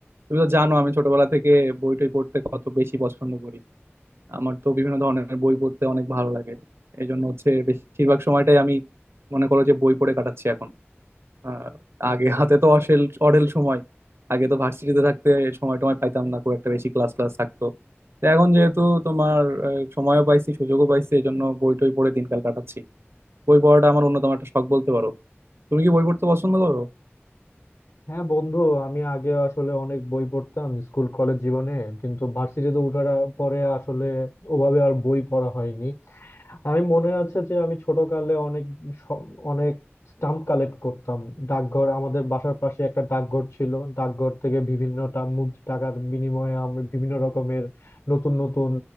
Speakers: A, on the right; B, on the left.
A: তুমি তো জানো আমি ছোটবেলা থেকে বই টই পড়তে কত বেশি পছন্দ করি আমার তো বিভিন্ন ধরনের বই পড়তে অনেক ভালো লাগে এই জন্য হচ্ছে বেশিরভাগ সময়টাই আমি মনে করো যে বই পড়ে কাটাচ্ছি এখন আহ, আগে হাতে তো অসেল অঢেল সময় আগে তো ভার্সিটিতে থাকতে সময় টময় পাইতাম না খুব একটা বেশি ক্লাস ক্লাস থাকতো তো এখন যেহেতু তোমার আহ, সময়ও পাইছি সুযোগও পাইছি এই জন্য বই টই পড়ে দিনকাল কাটাচ্ছি বই পড়াটা আমার অন্যতম একটা শখ বলতে পারো তুমি কি বই পড়তে পছন্দ করো
B: হ্যাঁ বন্ধু আমি আগে আসলে অনেক বই পড়তাম স্কুল কলেজ জীবনে কিন্তু ভার্সিটিতে ওঠার আ- পরে আসলে ওভাবে আর বই পড়া হয়নি আমি মনে আছে যে আমি ছোটকালে অনেক স- অনেক স্টাম্প কালেক্ট করতাম ডাকঘর আমাদের বাসার পাশে একটা ডাকঘর ছিল ডাকঘর থেকে বিভিন্ন টা- মুদ- টাকার বিনিময়ে আমি বিভিন্ন রকমের নতুন নতুন